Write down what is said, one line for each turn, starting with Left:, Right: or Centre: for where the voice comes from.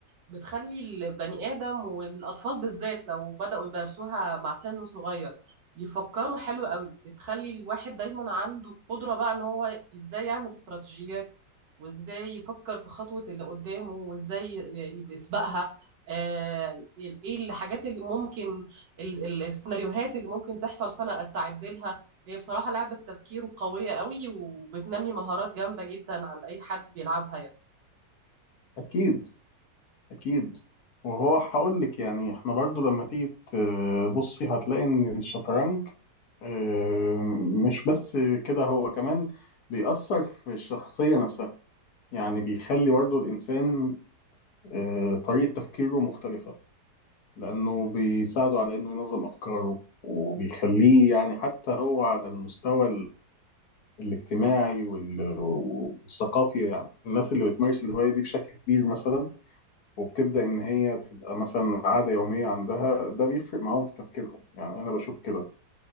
Right: بتخلي البني آدم والأطفال بالذات لو بدأوا يمارسوها مع سن صغير يفكروا حلو قوي بتخلي الواحد دايما عنده قدرة بقى ان هو ازاي يعمل استراتيجيات وازاي يفكر في خطوة اللي قدامه وازاي يبقى يسبقها آه، ايه الحاجات اللي ممكن ال- ال- السيناريوهات اللي ممكن تحصل فانا استعد لها هي بصراحة لعبة تفكير قوية قوي وبتنمي مهارات جامدة جدا عند اي حد بيلعبها يعني
Left: اكيد اكيد وهو هقول لك يعني احنا برضو لما تيجي تبصي هتلاقي ان الشطرنج آه، مش بس كده هو كمان بيأثر في الشخصيه نفسها يعني بيخلي برضو الانسان آه، طريقه تفكيره مختلفه لانه بيساعده على انه ينظم افكاره وبيخليه يعني حتى هو على المستوى الاجتماعي وال- والثقافي يعني الناس اللي بتمارس الهواية دي بشكل كبير مثلا وبتبدأ إن هي تبقى مثلا عادة يومية عندها ده بيفرق معاهم في تفكيرهم يعني أنا بشوف كده